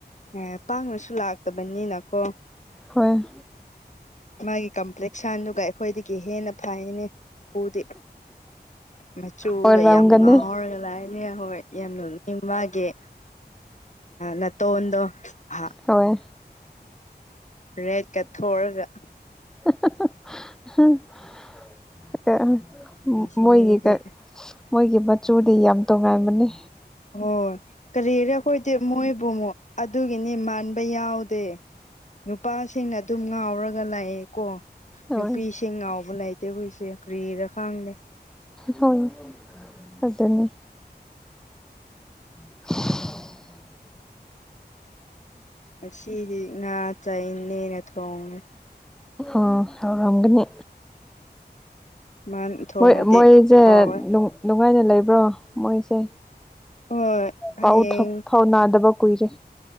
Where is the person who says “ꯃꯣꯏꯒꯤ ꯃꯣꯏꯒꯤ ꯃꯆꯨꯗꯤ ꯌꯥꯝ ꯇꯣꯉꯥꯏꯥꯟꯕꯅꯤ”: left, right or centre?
Centre